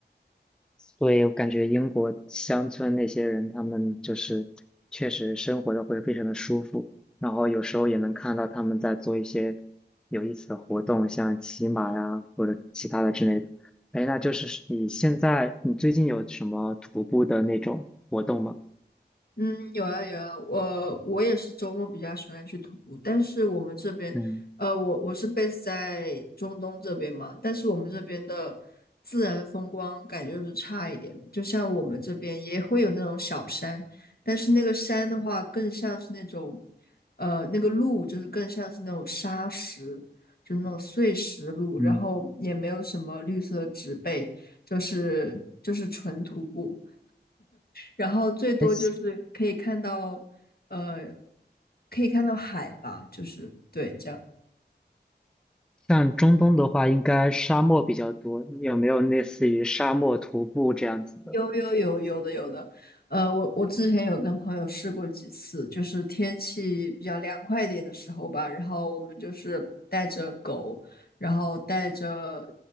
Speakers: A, in the centre; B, on the left.
A: 所以我感觉英国乡村那些人，他们就是确实生活的会非常的舒服，然后有时候也能看到他们在做一些有意思的活动，像骑马呀或者其他的之类的。哎，那就是你现在你最近有什么徒步的那种活动吗？
B: 嗯，有啊有啊，我我也是周末比较喜欢去徒步，但是我们这边，
A: 嗯
B: 呃，我我是 base 在中东这边嘛，但是我们这边的自然风光感觉就是差一点，就像我们这边也会有那种小山，但是那个山的话更像是那种，呃，那个路就是更像是那种沙石，就那种碎石路，
A: 嗯，
B: 然后也没有什么绿色的植被，就是就是纯徒步。然后最多就是可以看到，
A: 哎，
B: 呃，可以看到海吧，就是对这样。
A: 像中东的话，应该沙漠比较多，有没有类似于沙漠徒步这样子的？
B: 有有有有的有的，呃，我我之前有跟朋友试过几次，就是天气比较凉快一点的时候吧，然后我们就是带着狗，然后带着